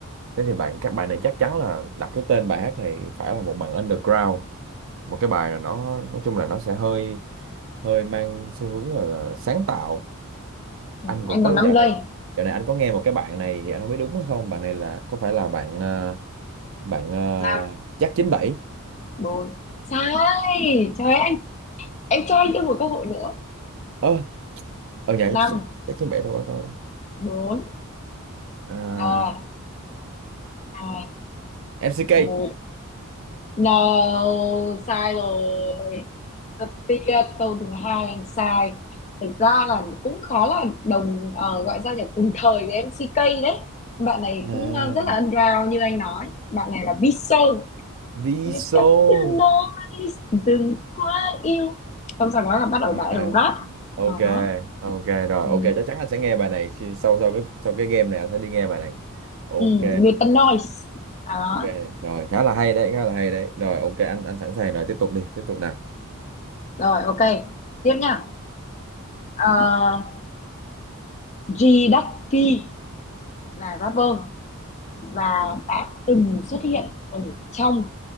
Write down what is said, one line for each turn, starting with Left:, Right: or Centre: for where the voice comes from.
Right: thế thì bạn các bạn này chắc chắn là đặt cái tên bài hát này phải là một bạn underground một cái bài là nó nói chung là nó sẽ hơi hơi mang xu hướng là, là sáng tạo
Left: ừ,
Right: anh cũng
Left: anh
Right: có
Left: còn năm
Right: dạo
Left: giây
Right: này dạo này anh có nghe một cái bạn này thì anh không biết đúng hay không bạn này là có phải là bạn à, bạn
Left: năm
Right: uh, chắc chín bảy
Left: bốn sai trời ơi, anh em cho anh thêm một cơ hội nữa
Right: ơ ở nhà
Left: năm
Right: chắc chắc chín bảy đâu có tôi đâu
Left: bốn
Right: à,
Left: ba hai
Right: MCK
Left: một no sai rồi rất tiếc câu thứ hai anh sai thật ra là cũng khá là đồng ờ, gọi ra là cùng thời với em MCK đấy bạn này
Right: à,
Left: cũng ờ, rất là underground như anh nói bạn này là Biso
Right: Viso
Left: người ta cứ nói đừng quá yêu xong sau đó là bắt đầu
Right: à,
Left: bà rap
Right: ok
Left: đó
Right: ok rồi
Left: ừ.
Right: ok chắc chắn anh sẽ nghe bài này khi sau sau cái sau cái game này anh sẽ đi nghe bài này ok
Left: Ừ. người ta nói đó
Right: ok rồi khá là hay đấy khá là hay đấy rồi ok anh anh sẵn sàng rồi tiếp tục đi tiếp tục nào
Left: rồi ok tiếp nha uh, G Ducky là rapper và đã từng xuất hiện ở trong